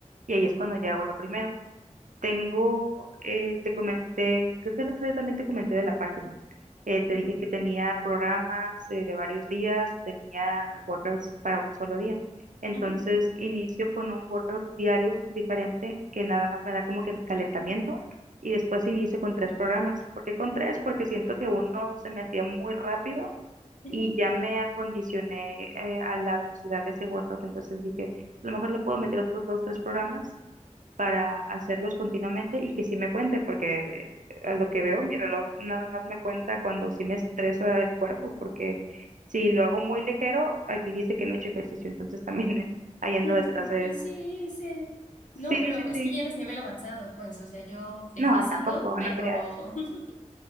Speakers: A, on the right; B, on the left.
A: y ahí es cuando ya hago lo primero. Tengo, eh, te comenté, creo que el otro día también te comenté de la página. Eh, te
B: Ujú,
A: dije que tenía programas eh, de varios días o tenía workouts para un solo día. Entonces
B: ujú,
A: inicio con un workout diario diferente que nada más me da como que mi calentamiento y después inicio con tres programas. ¿Por qué con tres? Porque siento que uno se me hacía muy rápido
B: ujú.
A: y ya me acondicioné eh, a la velocidad de ese workout. Entonces dije, a lo mejor le puedo meter otros dos, tres programas para hacerlos continuamente y que sí me cuente, porque a lo que veo mi reloj nada más me cuenta cuando sí me estresa el cuerpo, porque si lo hago muy ligero, aquí dice que no he hecho ejercicio, entonces también <laughs> ahí ando
B: Ay,
A: detrás
B: tú como,
A: de
B: eh,
A: eso.
B: Sí, sí. No,
A: Sí,
B: pero
A: sí,
B: es
A: sí.
B: que ya eres nivel avanzado, pues, o sea, yo empezando,
A: No, tampoco,
B: pero
A: no creas.
B: <laughs>